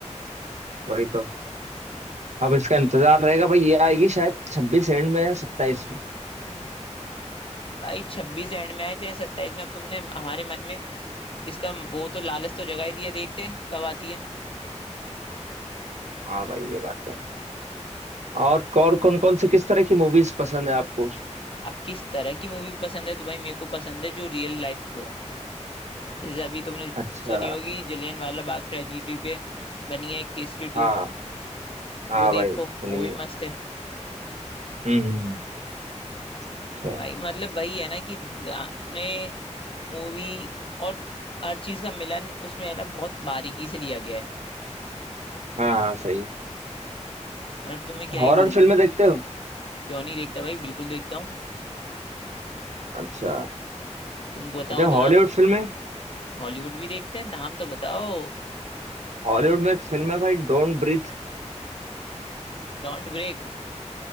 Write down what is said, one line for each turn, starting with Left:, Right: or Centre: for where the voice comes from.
Right: वही तो अब इसका इंतजार रहेगा भाई ये आएगी शायद छब्बीस एंड में या सत्ताईस में
Left: भाई छब्बीस एंड में आए चाहे सत्ताईस में अब तुमने हमारे मन में इसका वो तो लालच तो जगा ही दिया देखते हैं कब आती है
Right: हाँ भाई ये बात तो है और और कौन कौन सी किस तरह की मूवीज पसंद है आपको
Left: अब किस तरह की मूवी पसंद है तो भाई मेरे को पसंद है जो रियल लाइफ पे हो जैसे अभी तुमने
Right: अच्छा
Left: सुनी होगी जलियन वाला बाग ट्रेजिडी पे बनी है एक केसरी
Right: हाँ
Left: टू
Right: हाँ
Left: वो
Right: भाई
Left: देखो
Right: सुनिए
Left: वो भी मस्त है
Right: हम्म हम्म, हम्म, अच्छा
Left: भाई मतलब वही है ना कि गाने मूवी और हर चीज का मिलन उसमें है ना बहुत बारीकी से लिया गया है
Right: हाँ हाँ सही
Left: मतलब तुम्हें क्या
Right: हॉरर
Left: ही बोलूं
Right: फिल्में देखते हो
Left: क्यों नहीं देखता भाई बिल्कुल देखता हूँ
Right: अच्छा
Left: तुम बताओ
Right: अच्छा
Left: तो
Right: हॉलीवुड
Left: ना
Right: फिल्में
Left: हॉलीवुड भी देखते हैं नाम तो बताओ
Right: हॉलीवुड में एक फिल्म है भाई डोंट ब्रीथ
Left: Don't break